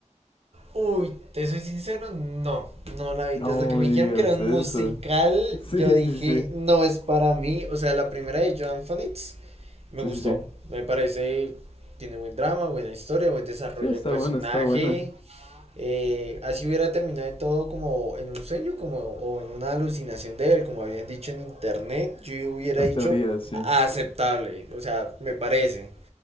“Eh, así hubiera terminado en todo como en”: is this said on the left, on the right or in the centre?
Right